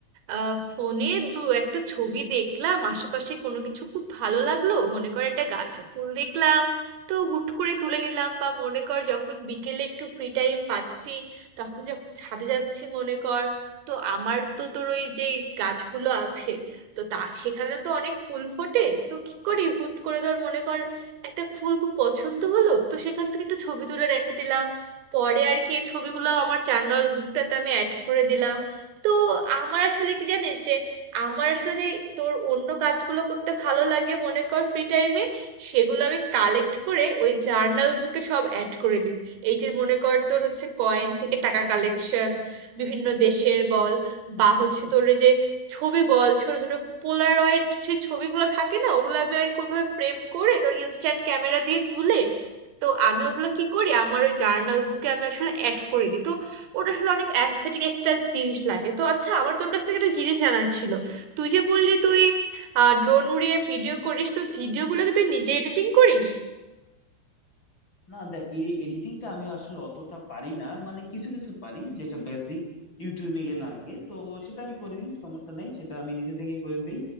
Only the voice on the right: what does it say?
আহ ফোনে দু একটা ছবি দেখলাম আশেপাশে কোনো কিছু খুব ভালো লাগলো মনে কর একটা গাছে ফুল দেখলাম তো হুট করে তুলে নিলাম বা মনে কর যখন বিকেলে একটু ফ্রি টাইম পাচ্ছি তখন যখন ছাদে যাচ্ছি মনে কর তো আমার তো তোর ওই যে গাছগুলো আছে তো তার সেখানে তো অনেক ফুল ফোটে তো কি করি হুট করে ধর মনে কর একটা ফুল খুব পছন্দ হলো তো সেখান থেকে একটু ছবি তুলে রেখে দিলাম পরে আর কি এই ছবিগুলো আমার জার্নাল বুকটাতে আমি অ্যাড করে দিলাম তো আমার আসলে কি জানিস যে আমার আসলে যে তোর অন্য কাজগুলো করতে ভালো লাগে মনে কর ফ্রি টাইমে সেগুলো আমি কালেক্ট করে ওই জার্নাল বুকে সব অ্যাড করে দিই এই যে মনে কর তোর হচ্ছে কয়েন থেকে টাকা কালেকশন বিভিন্ন দেশের বল বা হচ্ছে তোর এই যে ছবি বল ছোট ছোট পোলারয়েড সেই ছবিগুলো থাকে না ওগুলো আমি আর কিভাবে ফ্রেম করে তোর ইনস্ট্যান্ট ক্যামেরা দিয়ে তুলে তো আমি ওগুলো কি করি আমার ওই জার্নাল বুকে আমি আসলে অ্যাড করে দিই তো ওটা আসলে অনেক অ্যাস্থেটিক একটা জিনিস লাগে তো আচ্ছা আমার তোর কাছ থেকে একটা জিনিস জানার ছিল তুই যে বললি তুই ড্রোন উড়িয়ে ভিডিও করিস তো ভিডিওগুলো কি তুই নিজে এডিটিং করিস